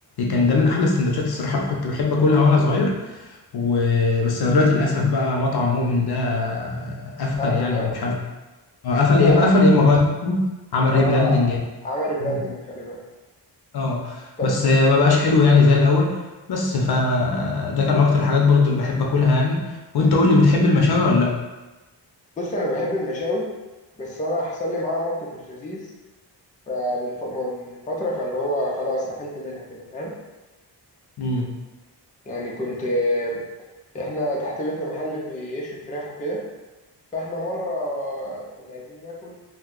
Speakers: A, on the left; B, on the left.
A: كان ده من احلى السندوتشات الصراحه اللي كنت بحب اكلها وانا صغير وبس انا دلوقتي للاسف بقى مطعم مؤمن ده قفل
B: قفل
A: يعني
B: ها
A: او مش عارف آه، قفل
B: لا
A: يا اما قفل يا اما غير اسمه، عمل
B: اه
A: ريبراندنج يعني.
B: عمل براندنج
A: مم.
B: غالبا
A: اه
B: طب
A: بس آه، ما بقاش حلو يعني زي الاول بس فده كان اكتر الحاجات برضو اللي بحب اكلها يعني وانت
B: مم،
A: قول لي بتحب المشاوي ولا لا
B: بص انا بحب المشاوي بس انا حصل لي معاها موقف مش لذيذ فمن ف... من فتره فاللي هو خلاص قفلت منها كده فاهم
A: امم
B: يعني كنت آه، احنا تحت بيتنا محل بيشوي فراخ وكده فاحنا مره كنا عايزين ناكل